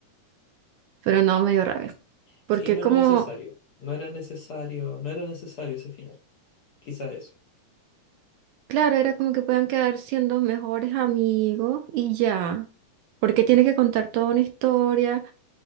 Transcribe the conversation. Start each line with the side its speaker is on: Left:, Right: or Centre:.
Right: pero no me dio rabia.
Left: Sí,
Right: Porque
Left: no
Right: como,
Left: era necesario. No era necesario, no era necesario ese final. Quizá eso.
Right: claro, era como que puedan quedar siendo mejores amigos y ya. Porque tiene que contar toda una historia.